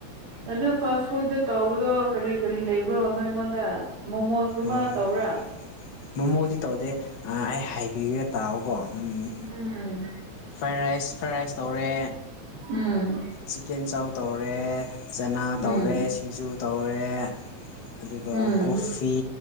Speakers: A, on the right; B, on the left.
A: ꯑꯗꯨ ꯐꯥꯁ ꯐꯨꯗꯇ ꯇꯧꯕꯗꯣ ꯀꯔꯤ ꯀꯔꯤ ꯂꯩꯕ꯭ꯔꯣ ꯅꯣ ꯑꯩꯉꯣꯟꯗ ꯃꯣꯃꯣꯁꯀꯨꯝꯕ
B: ꯎꯝ
A: ꯇꯧꯕꯔꯥ
B: ꯃꯣꯃꯣꯗꯤ ꯇꯧꯗꯦ ꯑꯩ ꯍꯥꯏꯕꯤꯒꯦ ꯇꯥꯛꯑꯣꯀꯣ ꯎꯝ
A: ꯎꯝ
B: ꯐ꯭ꯔꯥꯏ ꯔꯥꯏꯁ ꯐ꯭ꯔꯥꯏ ꯔꯥꯏꯁ ꯇꯧꯔꯦ
A: ꯎꯝ
B: ꯆꯤꯛꯀꯦꯟ ꯆꯧ ꯇꯧꯔꯦ ꯆꯅꯥ
A: ꯎꯝ
B: ꯇꯧꯔꯦ ꯁꯤꯡꯖꯨ ꯇꯧꯔꯦ ꯑꯗꯨꯒ
A: ꯎꯝ
B: ꯀꯣꯐꯤ